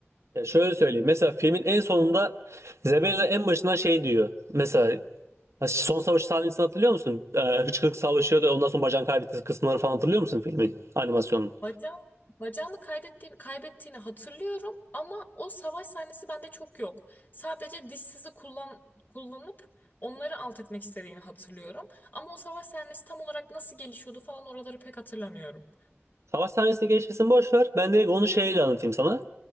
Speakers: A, on the right (about 75°); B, on the left (about 40°).
A: Ya şöyle söyleyeyim. Mesela filmin en sonunda Zebella en başına şey diyor. Mesela Ha, Son savaş sahnesini hatırlıyor musun? Ee, Hıçkırık savaşıyor da ondan sonra bacağını kaybettiği kısımları falan hatırlıyor musun filmin, animasyonun?
B: Bacağım, bacağını kaybettiğini, kaybettiğini hatırlıyorum ama o savaş sahnesi bende çok yok. Sadece dişsizi kullan, kullanıp onları alt etmek istediğini hatırlıyorum. Ama o savaş sahnesi tam olarak nasıl gelişiyordu falan oraları pek hatırlamıyorum.
A: Savaş sahnesini geçmesini boş ver. Ben direkt onu şeyle anlatayım sana.